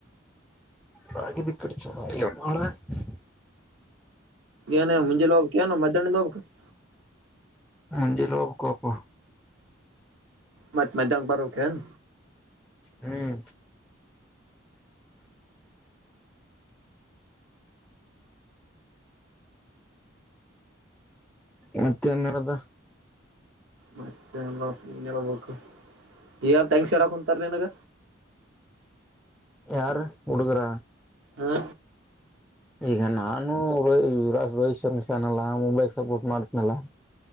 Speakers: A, in the centre; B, on the right.
A: ಹಡ ಅವಳ <inaudible>
B: ಏನ್ ಹೇಳು ಮುಂಜಾನೆ ಹೋಗ್ತಿಯೋ ಇಲ್ಲ ಮದ್ಯಾನಿಂದೊಗ್ಬೇಕಾ <inaudible>
A: ಮುಂಜಾನೆ ಹೋಗ್ಬೇಕೋ ಪ
B: ಮತ್ ಮದ್ಯಾಹ್ನಕ್ಕೆ ಬರ್ಬೆಕ್ ಏನ್
A: ಹ್ಮ್ <inaudible> ಮತ್ತೆನ್ನಡದ
B: ಮತ್ತೆ ನೀನ್ಬೇಕು ಈಗ ತಂಗ ಸಡಕ್ ಹೊಂತಾರ ನನಗ
A: ಯಾರ ಹುಡಗುರ
B: ಹಾ
A: ಈಗ ನಾನು ರೋಹಿ ಯರಸ್ ರೋಹಿತ್ ಶರ್ಮ ಚಾನಲ್ಲ ಮುಬೈಕ್ ಸಪೋರ್ಟ್ ಮಾಡ್ತನಲ್ಲ